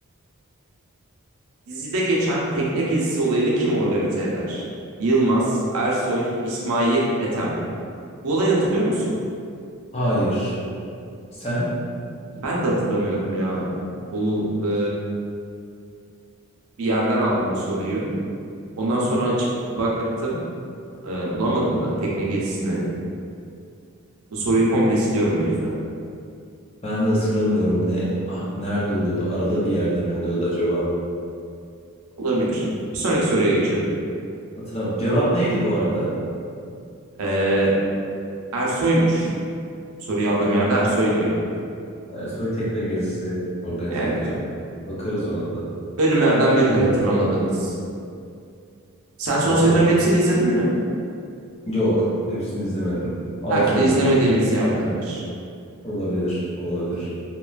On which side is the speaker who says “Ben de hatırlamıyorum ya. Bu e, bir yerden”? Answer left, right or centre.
Right